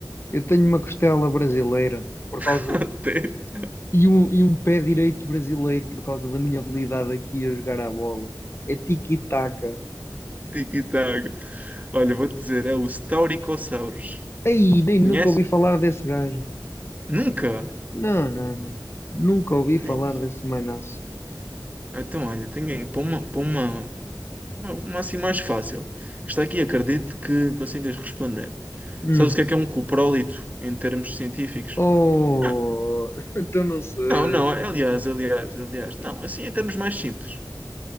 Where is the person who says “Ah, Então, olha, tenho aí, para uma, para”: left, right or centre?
Right